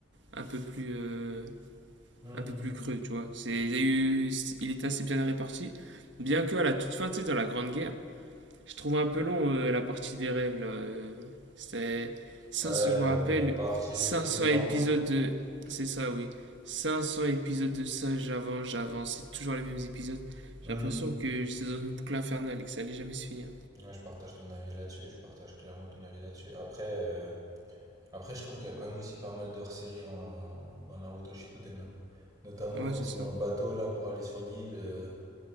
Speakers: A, on the right (about 70°); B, on the right (about 20°).
A: un peu plus, euh,
B: Hmm.
A: un peu plus creux, tu vois. C'est, il, y a eu, il était assez bien réparti. Bien que à la toute fin, tu sais, dans la Grande Guerre, je trouve un peu long euh, la partie des rêves, là. euh, c'était 500,
B: Ouais,
A: je me
B: ouais,
A: rappelle,
B: la partie
A: cinq
B: Obito
A: cents
B: Naruto.
A: épisodes de... C'est ça, oui. cinq cents épisodes de ça, j'avance, j'avance. C'est toujours les mêmes épisodes.
B: Hmm.
A: J'ai l'impression que j'étais dans une boucle infernale et que ça allait jamais se finir.
B: Ouais, je partage ton avis là-dessus, je partage clairement ton avis là-dessus. Après, euh, après je trouve qu'il y a quand même aussi pas mal d'hors-série en... dans Naruto Shippuden. hein. Notamment
A: Ouais,
B: quand
A: c'est
B: ils sont
A: ça.
B: dans le bateau là pour aller sur l'île, euh,